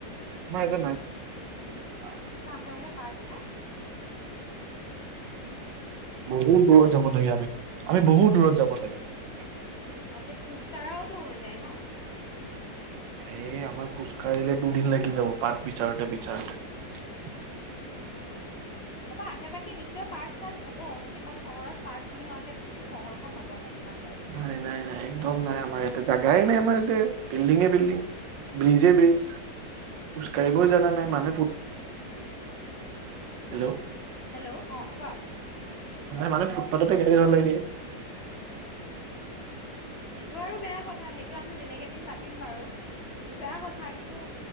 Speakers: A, on the right; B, on the left.
A: আমাৰ ইয়াতে নাই।
B: তোমাৰ আশে-পাশে পাৰ্ক নাই?
A: বহুত দূৰত
B: হেল্ল'
A: যাব লাগে আমি। আমি বহুত দূৰত যাব লাগে।
B: অ তে খোজ কঢ়াওটো হৈ যায় ন?
A: এই আমাৰ খোজকাঢ়িলে দুদিন লাগি যাব, পাৰ্ক বিচাৰোঁতে বিচাৰোঁতে।
B: কবা আশে-পাশে নিশ্চয় পাৰ্ক-চাৰ্ক হ'ব, এখন চহৰত পাৰ্ক নোহোৱাকেটো চহৰখন ন'বনে যিমান জানো।
A: নাই নাই নাই একদম নাই আমাৰ ইয়াতে, জেগাই নাই আমাৰ ইয়াতে বিল্ডিঙে- বিল্ডিং', ব্ৰিজে-ব্ৰিজ। খোজ কাঢ়িবয়ে জাগা নাই মানুহ উ, হেল্ল'।
B: হেল্ল' অ, কোৱা।
A: মানে, মানুহে ফুটপাততে গেলি যাব নেকি।
B: সেইটো আৰু বেয়া কথা, সেইটো আমি বেলেগ এদিন পাতিম বাৰু। সেইটো বেয়া কথা কিন্তু